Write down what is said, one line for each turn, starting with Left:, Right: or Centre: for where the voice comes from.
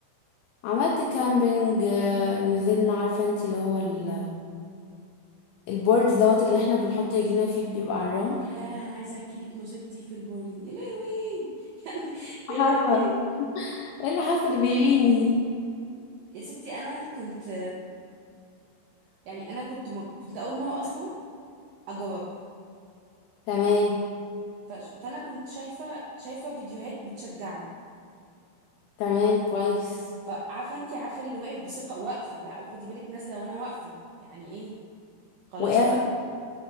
Left: عملت كامبينج آه، نزلنا عارفة انت اللي هو ال- البورد دوت اللي احنا بنحط رجلينا فيه بيبقى على الرمل
Right: ياه انا عايزه احكي لك مصيبتي في البوردنج يا لهوي <laughs> يعني
Left: حصل
Right: يا لهوي
Left: ايه اللي حصل بيريني
Right: يا ستي انا كنت يعني انا كنت م... كنت اول مره اصلا اجرب
Left: تمام
Right: فش- فانا كنت شايفه شايفه فيديوهات بتشجعني
Left: تمام كويس
Right: فعارفه انت عارفه اللي واقف بثقه واقفه لا وخدي بالك نازله وانا واقفه يعني ايه خلاص
Left: وقعت
Right: بقى